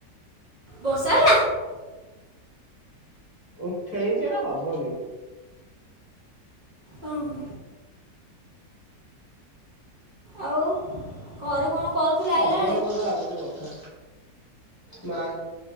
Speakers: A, on the right (about 55°); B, on the left (about 15°).
A: ବର୍ଷା ହେଲା?
B: ଉଠେଇଛି ଏରା ହବନି।
A: ଓ ହୋ। ଆଉ। ଘରେ କଣ କରୁଥିଲ
B: ହବନି
A: ଆଇଲା ବେଳେ?
B: ମତେ ଲାଗୁଛି ବଷା ଟା